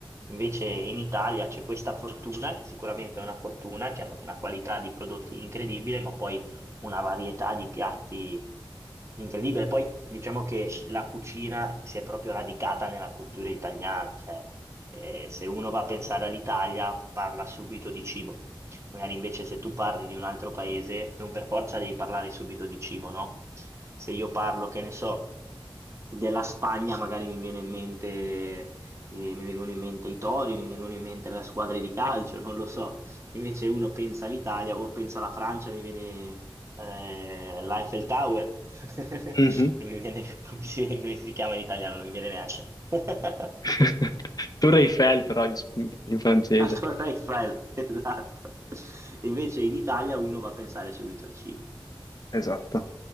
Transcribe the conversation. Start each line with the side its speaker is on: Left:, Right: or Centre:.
Right: Invece in Italia c'è questa fortuna, che sicuramente è una fortuna, che hanno una qualità di prodotti incredibile, ma poi una varietà di piatti incredibile. Poi diciamo che la cucina si è proprio radicata nella cultura italiana, cioè eh, se uno va a pensare all'Italia parla subito di cibo. Magari invece se tu parli di un altro paese, non per forza devi parlare subito di cibo, no? Se io parlo, che ne so, della Spagna, magari mi viene in mente, eh, mi vengono in mente i tori, mi vengono in mente le squadre di calcio, non lo so. Invece uno pensa all'Italia o pensa alla Francia, mi viene eh, l'Eiffel Tower. <laughs>
Left: Mhm.
Right: Non mi viene, come si, come si chiama in italiano, non mi viene neanche. <laughs>
Left: <laughs> Tour Eiffel, però in, in francese.
Right: La Torre Eiffel, <laughs> esatto. Invece in Italia uno va a pensare subito al cibo.
Left: Esatto.